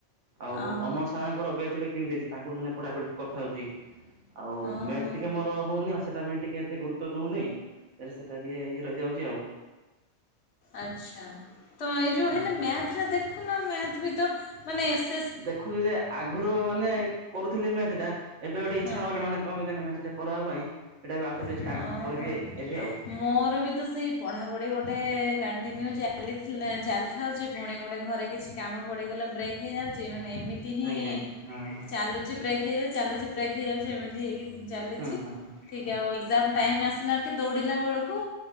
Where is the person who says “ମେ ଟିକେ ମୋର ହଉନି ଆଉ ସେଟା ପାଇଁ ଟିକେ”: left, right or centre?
Right